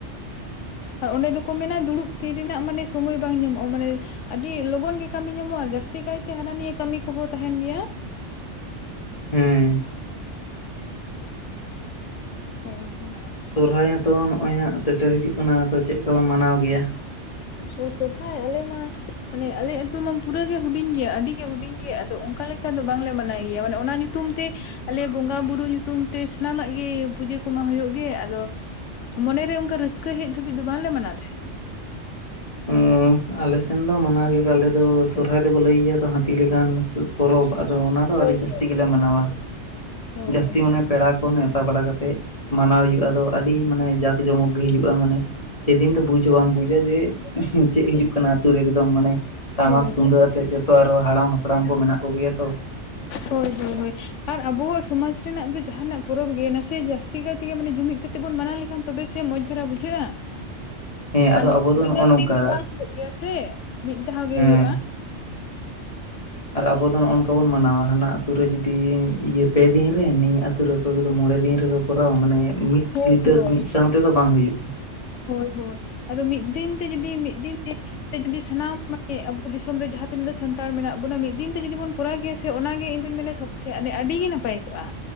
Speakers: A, on the left; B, on the left.
A: ᱟᱨ ᱚᱸᱰᱮ ᱫᱚᱠᱚ ᱢᱮᱱᱟ ᱫᱩᱲᱩᱵ ᱛᱷᱤᱨ ᱨᱮᱱᱟᱜ ᱢᱟᱱᱮ ᱥᱚᱢᱚᱭ ᱵᱟᱝ ᱧᱟᱢᱚᱜ-ᱟ ᱢᱟᱱᱮ ᱟᱹᱰᱤ ᱞᱚᱜᱚᱱ ᱜᱮ ᱠᱟᱹᱢᱤ ᱧᱟᱢᱚᱜᱼᱟ ᱡᱟᱹᱥᱛᱤ ᱠᱟᱭᱛᱮ ᱦᱟᱱᱟ ᱱᱤᱭᱟᱹ ᱠᱟᱹᱢᱤ ᱠᱚᱦᱚᱸ ᱛᱟᱦᱮᱱ ᱜᱮᱭᱟ᱾
B: ᱦᱩᱸᱻ
A: ᱦᱳᱭ ᱦᱳ
B: ᱟᱨ ᱥᱚᱨᱦᱟᱭ ᱦᱚᱸ ᱛᱚ ᱱᱚᱜᱼᱚᱭ ᱦᱟᱸᱜ ᱥᱮᱴᱮᱨ ᱦᱤᱡᱩᱜ ᱠᱟᱱᱟ ᱛᱚ ᱪᱮᱫ ᱞᱮᱠᱟᱯᱮ ᱢᱟᱱᱟᱣ ᱜᱮᱭᱟ?
A: ᱚ ᱥᱚᱨᱚᱦᱟᱭ ᱟᱞᱮ ᱢᱟ ᱢᱟᱱᱮ ᱟᱞᱮ ᱟ ᱟᱹᱛᱩ ᱢᱟ ᱯᱩᱨᱟᱹᱜᱮ ᱦᱩᱰᱤᱧ ᱜᱮᱭᱟ ᱟᱹᱰᱤ ᱜᱮ ᱦᱩᱰᱤᱧ ᱜᱮᱭᱟ ᱟᱫᱚ ᱚᱱᱠᱟ ᱞᱮᱠᱟ ᱮᱱᱠᱷᱟ ᱫᱚ ᱵᱟᱝᱞᱮ ᱢᱟᱱᱟᱣ ᱜᱮᱭᱟ ᱢᱟᱱᱮ ᱚᱱᱟ ᱧᱩᱛᱩᱢ ᱛᱮ ᱟᱞᱮ ᱵᱚᱸᱜᱟ ᱵᱩᱨᱩ ᱧᱩᱛᱩᱢ ᱛᱮ ᱥᱟᱱᱟᱢᱟᱜ ᱜᱮ ᱯᱩᱡᱟᱹ ᱠᱚᱢᱟ ᱦᱩᱭᱩᱜ ᱜᱮ ᱟᱫᱚ ᱢᱚᱱᱮᱨᱮ ᱚᱱᱠᱟ ᱨᱟᱹᱥᱠᱟᱹ ᱦᱮᱡ ᱫᱷᱟᱹᱵᱤᱡ ᱫᱚ ᱵᱟᱝᱞᱮ ᱢᱟᱱᱟᱣ ᱛᱟᱸᱦᱮᱱ᱾
B: ᱩᱸ ᱟᱞᱮ ᱥᱮᱱ ᱫᱚ ᱢᱟᱱᱟᱣ ᱜᱮᱠᱚ ᱟᱞᱮ ᱫᱚ ᱥᱚᱨᱦᱟᱭ ᱫᱚᱠᱚ ᱞᱟᱹᱭ ᱜᱮᱭᱟ ᱛᱚ ᱦᱟᱛᱤ ᱞᱮᱠᱟᱱ ᱥᱚᱨ ᱯᱚᱨᱚᱵᱽ ᱟᱫᱚ ᱚᱱᱟᱫᱚ
A: ᱦᱳᱭ
B: ᱟᱹᱰᱤ ᱡᱟᱹᱥᱛᱤ
A: ᱦᱳᱭ
B: ᱜᱮᱞᱮ ᱢᱟᱱᱟᱣᱟ,
A: ᱦᱳᱭ
B: ᱡᱟᱹᱥᱛᱤ
A: ᱦᱳᱭ
B: ᱢᱟᱱᱮ ᱯᱮᱲᱟ ᱠᱚ ᱱᱮᱣᱛᱟ ᱵᱟᱲᱟ ᱠᱟᱛᱮᱜ ᱢᱟᱱᱟᱣ ᱦᱩᱭᱩᱜᱼᱟ ᱟᱫᱚ ᱟᱹᱰᱤ ᱢᱟᱱᱮ ᱡᱟᱠ ᱡᱚᱢᱚᱠ ᱜᱮ ᱦᱩᱭᱩᱜᱼᱟ ᱢᱟᱱᱮ ᱥᱮᱫᱤᱱ ᱫᱚ ᱵᱩᱡ ᱦᱚᱸ ᱵᱟᱢ ᱵᱩᱡᱟ ᱡᱮ ᱪᱮᱫ ᱦᱩᱭᱩᱜ ᱠᱟᱱᱟ ᱟᱛᱳ ᱨᱮ ᱮᱠᱫᱚᱢ ᱢᱟᱱᱮ ᱴᱟᱢᱟᱠ
A: ᱦᱳᱭ
B: ᱛᱩᱢᱫᱟᱹᱜ ᱟᱛᱮᱜ ᱡᱚᱛᱚ ᱟᱨᱚ ᱦᱟᱲᱟᱢ ᱦᱟᱯᱲᱟᱢ ᱠᱚ ᱢᱮᱱᱟᱜ ᱠᱚᱜᱮᱭᱟ ᱛᱚ ᱾ <inaudible>
A: ᱦᱳᱭ ᱦᱳᱭ ᱦᱳᱭ ᱟᱨ ᱟᱵᱚᱣᱟᱜ ᱥᱚᱢᱟᱡᱽ ᱨᱮᱱᱟᱜ ᱫᱚ ᱡᱟᱦᱟᱱᱟᱜ ᱯᱚᱨᱚᱵᱽ ᱜᱮ ᱱᱟᱥᱮ ᱡᱟᱹᱥᱛᱤ ᱠᱟᱭ ᱛᱮ ᱢᱟᱱᱮ ᱡᱩᱢᱤᱫ ᱠᱟᱛᱮ ᱵᱚᱱ ᱢᱟᱱᱟᱣ ᱞᱮᱠᱷᱟᱱ ᱛᱚᱵᱮ ᱥᱮ ᱢᱚᱡᱽ ᱫᱷᱟᱨᱟ ᱵᱩᱡᱷᱟᱹᱜᱼᱟ᱾
B: <inaudible> ᱟᱫᱚ
A: ᱟᱨ ᱱᱚ
B: ᱟᱵᱚ ᱫᱚ
A: ᱫᱤᱱᱟᱹᱢ
B: ᱱᱚᱜᱼᱚ ᱱᱚᱝᱠᱟ
A: ᱫᱤᱱ ᱫᱚ ᱵᱟᱝ ᱦᱩᱭᱩᱜ ᱜᱮᱭᱟ ᱥᱮ ᱢᱤᱫ ᱫᱷᱟᱣ ᱜᱮ
B: ᱦᱮᱸ
A: ᱦᱩᱭᱩᱜᱼᱟ᱾
B: ᱟᱨ ᱟᱵᱚ ᱫᱚ ᱱᱚᱜᱼᱚ ᱱᱚᱝᱠᱟ ᱵᱚᱱ ᱢᱟᱱᱟᱣᱟ ᱦᱟᱱᱟ ᱟᱹᱛᱩ ᱨᱮ ᱡᱩᱫᱤ ᱤᱭᱟᱹ ᱯᱮ ᱫᱤᱱ ᱨᱮ ᱱᱤᱭᱟᱹ ᱟᱛ ᱛᱳ ᱨᱮ ᱚᱠᱚᱭ ᱠᱚᱫᱚ ᱢᱚᱬᱮ ᱫᱤᱱ ᱨᱮᱠᱚ ᱠᱚᱨᱟᱣᱟ ᱢᱟᱱᱮ ᱢᱤᱫ
A: ᱦᱳᱭ
B: ᱞᱤᱛᱟᱹᱲ
A: ᱦᱳᱭ
B: ᱢᱤᱫ ᱥᱟᱝ ᱛᱮᱫᱚ ᱵᱟᱝ ᱦᱩᱭᱩᱜ-ᱟ
A: ᱦᱳᱭ ᱦᱳᱭ ᱟᱫᱚ ᱢᱤᱫ ᱫᱤᱱ ᱛᱮ ᱡᱩᱫᱤ ᱢᱤᱫ ᱫᱤᱱ ᱡᱩᱫᱤ ᱥᱟᱱᱟᱢ ᱢᱟᱱᱮ ᱟᱵᱚ ᱫᱤᱥᱚᱢ ᱨᱮ ᱡᱟᱦᱟᱸ ᱛᱤᱱᱟᱹᱜ ᱥᱟᱱᱛᱟᱲ ᱢᱮᱱᱟᱜ ᱵᱚᱱᱟ ᱢᱤᱫ ᱫᱤᱱ ᱛᱮ ᱡᱩᱫᱤ ᱵᱚᱱ ᱠᱚᱨᱟᱣ ᱠᱮᱭᱟ ᱥᱮ ᱚᱱᱟᱜᱮ ᱤᱧᱫᱩᱧ ᱢᱮᱱᱟ ᱥᱚᱵᱽᱛᱷᱮ ᱟᱹᱰᱤ ᱜᱮ ᱱᱟᱯᱟᱭ ᱠᱚᱜᱼᱟ᱾